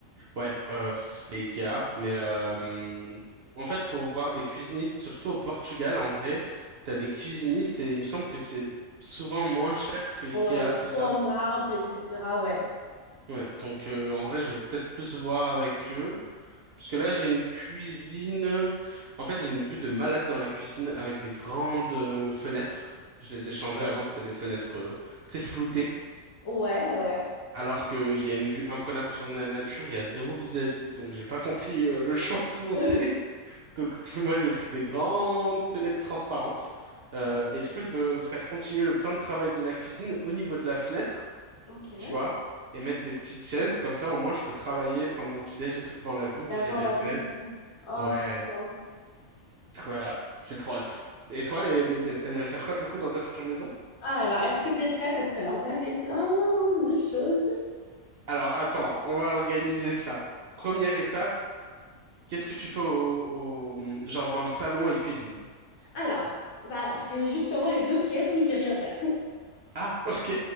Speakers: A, on the right; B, on the left.
A: Ouais, ouais, ouais, parce que c'était Ikea. Mais euh, en fait, faut voir des cuisinistes, surtout au Portugal, en vrai. T'as des cuisinistes et il me semble que c'est souvent moins cher que Ikea,
B: Ouais,
A: tout ça.
B: en marbre, etc. Ouais.
A: Ouais, donc euh, en vrai, je vais peut-être plus voir avec eux. Parce que là, j'ai une cuisine. En fait, j'ai une vue de malade dans la cuisine avec des grandes euh, fenêtres. Je les ai changées
B: Ouais,
A: avant, c'était des fenêtres, euh, tu sais, floutées.
B: ouais, bah, ouais.
A: Alors qu'il y a une vue imprenable sur la nature, il y a zéro vis-à-vis. Donc, j'ai pas compris euh, le <laughs> choix qu'ils ont
B: <laughs>
A: fait. Donc <laughs> moi j'ai pris des grandes fenêtres transparentes Euh, et du coup je veux faire continuer le plan de travail de la cuisine au niveau de la fenêtre,
B: Ok. Et
A: tu vois, et mettre des petites chaises comme ça au moins je peux travailler, prendre mon petit déj et tout devant la vue, ouvrir
B: avoir
A: les
B: la
A: fenêtres.
B: belle vue. Oh,
A: Ouais,
B: trop bien.
A: voilà, c'est trop hâte. Et toi, les, les- les- t'aimerais faire quoi du coup dans ta future maison?
B: Ah, Alors, est-ce que tu es prêt? Parce que alors, moi, j'ai plein de choses.
A: Alors attends, on va organiser ça. Première étape, qu'est-ce que tu fais au, au- genre dans le salon et cuisine?
B: Alors, bah, c'est justement les deux pièces où je vais rien faire. <laughs>
A: Ah, ok,